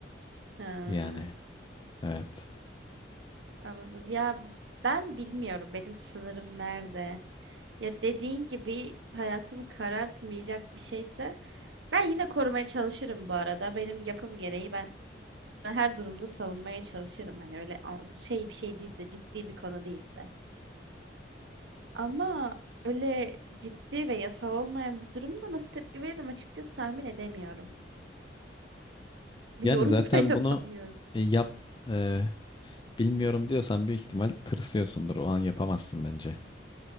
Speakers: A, on the right; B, on the left.
A: Ha,
B: Yani evet.
A: anladım. Ya ben bilmiyorum benim sınırım nerede. Ya dediğin gibi hayatını karartmayacak bir şeyse ben yine korumaya çalışırım bu arada. Benim yapım gereği ben her durumda savunmaya çalışırım. Hani öyle a- şey bir şey değilse ciddi bir konu değilse. Ama öyle ciddi ve yasal olmayan bir durumda nasıl tepki veririm açıkçası tahmin edemiyorum. Bir
B: Yani
A: yorum
B: zaten
A: da <laughs> yapamıyorum.
B: bunu e, yap e, bilmiyorum diyorsan büyük ihtimal tırsıyorsundur. O an yapamazsın bence.